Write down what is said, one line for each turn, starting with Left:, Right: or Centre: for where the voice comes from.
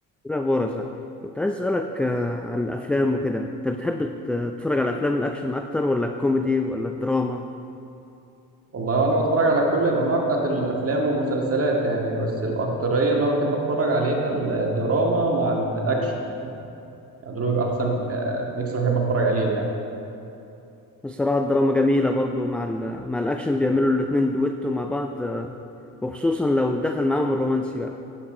Centre: إيه الأخبار يا صاحبي كنت عايز أسألك آه، عن الأفلام وكده أنت بتحب ت- تتفرج على أفلام الأكشن أكتر ولا الكوميدي ولا الدراما
Right: والله وانا بتفرج على كل الانواع بتاعت الافلام والمسلسلات يعني بس الاكتريه اللي انا بحب اتفرج عليها الدراما مع الاكشن يعني دول بيبقى احسن آه، ميكس بحب اتفرج عليه يعني
Centre: الصراحة الدراما جميلة برضو مع ال... مع الأكشن بيعملوا الاتنين دويتو مع بعض آه، وخصوصا لو دخل معاهم الرومانسي بقى